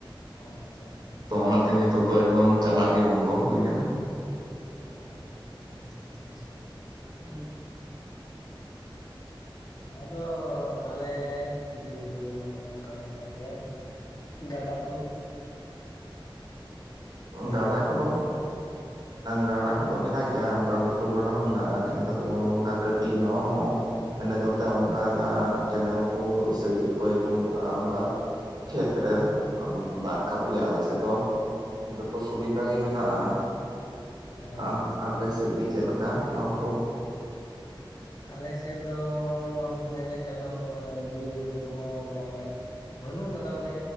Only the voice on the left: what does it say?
ᱚ ᱟᱪᱪᱷᱟ ᱟᱪᱪᱷᱟ
ᱚᱻ ᱟᱪᱷᱟ ᱟᱪᱪᱷᱟ ᱟᱪᱪᱷᱟ
ᱟᱫᱚ ᱛᱟᱦᱚᱞᱮ ᱵᱤᱨ ᱵᱩᱨᱩ ᱢᱟ ᱚᱱᱮ ᱚᱱᱠᱟᱭᱮᱱᱟ ᱤᱭᱟᱹ ᱜᱟᱰᱟ ᱠᱚ ᱱᱟᱹᱭ
ᱱᱟᱞᱟ
ᱚ
ᱟᱪᱪᱷᱟ
ᱟᱪᱪᱷᱟ
<inaudible> ᱟᱞᱮ ᱥᱮᱫ ᱫᱚ ᱢᱮᱱᱞᱠᱷᱟᱡ ᱫᱚ ᱱᱚᱜᱼᱚᱭ ᱵᱤᱨᱼᱵᱩᱨᱩ ᱠᱚᱦᱚᱸ ᱢᱟᱱᱮ ᱵᱟᱹᱱᱩᱜ ᱠᱟᱫᱟ ᱢᱟᱱᱮ